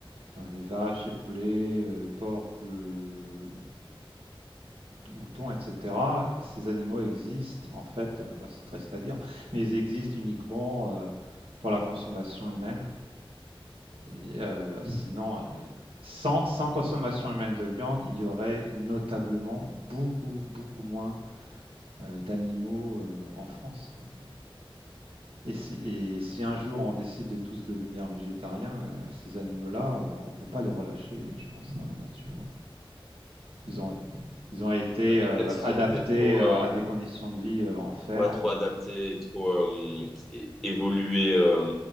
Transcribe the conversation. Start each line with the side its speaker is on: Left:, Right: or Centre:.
Right: euh, les vaches, les poulets, euh, porcs, poules, euh, moutons, etc. Ces animaux existent, en fait, euh, bah, c'est triste à dire, mais ils existent uniquement euh, pour la consommation humaine. Et, euh, sinon, euh, sans, sans consommation humaine de viande, il y aurait notablement beaucoup, beaucoup moins euh, d'animaux euh, en France, quoi. Et si, et si un jour on décide de tous devenir végétariens, euh, ces animaux-là, euh, on ne peut pas les relâcher, euh, je pense, dans la nature. hein. Ils ont, ils ont été
Centre: Je sais pas,
Right: euh,
Centre: Peut-être s'ils
Right: adaptés
Centre: ont été trop
Right: euh, à des conditions de vie euh, en ferme.
Centre: Ouais, trop adapté, trop euh, é- évolué euh,